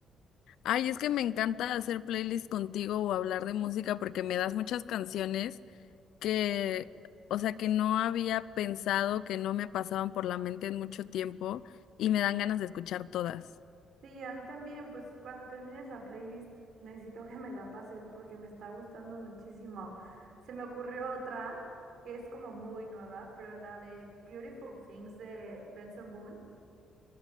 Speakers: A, on the left; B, on the right.
A: Ay, es que me encanta hacer playlists contigo o hablar de música porque me das muchas canciones que, o sea, que no había pensado, que no me pasaban por la mente en mucho tiempo y me dan ganas de escuchar todas.
B: Sí, a mí también, pues cuando termines la playlist necesito que me la pases porque me está gustando muchísimo. Se me ocurrió otra que es como muy nueva, pero la de Beautiful Things de Benson Boone.